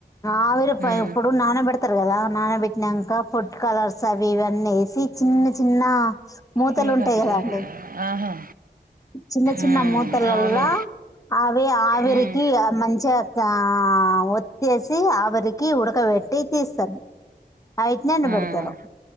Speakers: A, on the left (about 20°); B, on the right (about 55°).
A: ఆవిరి
B: ఉమ్
A: ఇప్పుడు నాన పెడతరు కదా నానబెట్టినంక ఫుడ్ కలర్స్ అవి ఇవన్నీ వేసి చిన్న చిన్న మూతలు
B: ములకాకి
A: ఉంటయి కదా
B: జారే
A: అండి
B: ఆహా
A: చిన్న చిన్న
B: ఉమ్
A: మూతలల్లా
B: అవును
A: అవి ఆవిరికి
B: ఉమ్
A: మంచిగా ఆ ఒత్తేసి ఆవిరికి ఉడకపె పెట్టి తీస్తరు అవిటిని ఎండబెడతరు
B: ఉమ్